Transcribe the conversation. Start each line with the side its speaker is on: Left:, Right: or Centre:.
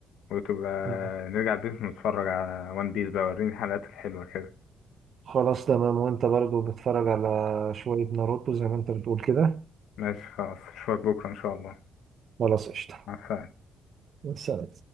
Left: وتبقى
Right: مم.
Left: نرجع البيت ونتفرج على ون بيس بقى وريني الحلقات الحلوة كده
Right: خلاص تمام وانت برضو بتتفرج على شوية ناروتو زي ما انت بتقول كده
Left: ماشي خلاص أشوفك بكرة إن شاء الله
Right: خلاص قشطة
Left: مع السلامة
Right: سلام